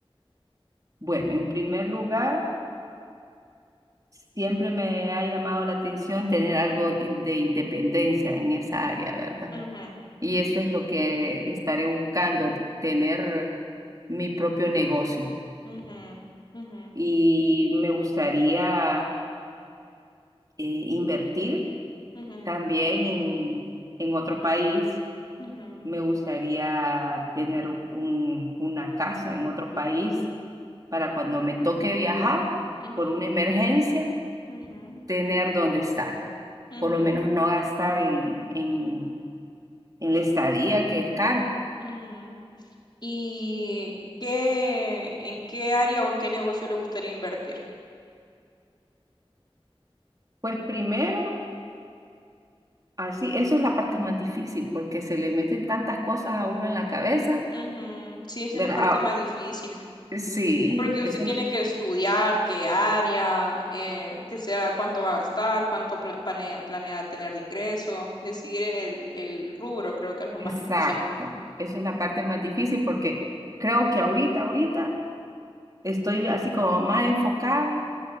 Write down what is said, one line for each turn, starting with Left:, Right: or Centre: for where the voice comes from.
Right: Bueno, en primer lugar, siempre me ha llamado la atención tener algo in- de independencia en esa área, ¿verdad?
Left: Ujú,
Right: Y eso es lo que estaré buscando, tener mi propio negocio.
Left: ujú, ujú,
Right: Y me gustaría eh, invertir
Left: ujú,
Right: también en, en otro país.
Left: ujú,
Right: Me gustaría tener un- una casa en otro país para cuando me toque viajar
Left: ujú,
Right: por una emergencia,
Left: ujú,
Right: tener dónde estar.
Left: ujú,
Right: Por lo menos no gastar en, en, en la estadía, que es caro.
Left: ujú. ¿Y qué, en qué área o en qué negocio le gustaría invertir?
Right: Pues primero Así, eso es la parte más difícil, porque se le meten tantas cosas a uno en la cabeza,
Left: Ujú. Sí, esa
Right: ¿verdad?
Left: es la parte
Right: Ah,
Left: más difícil.
Right: sí,
Left: Porque
Right: es
Left: usted
Right: el,
Left: tiene que estudiar qué área, eh, que sea cuánto va a gastar, cuánto pla- planea, planea tener de ingreso, decidir el, el rubro creo que es lo
Right: exacto,
Left: más difícil.
Right: esa es la parte más difícil, porque creo que ahorita, ahorita estoy así como más enfocada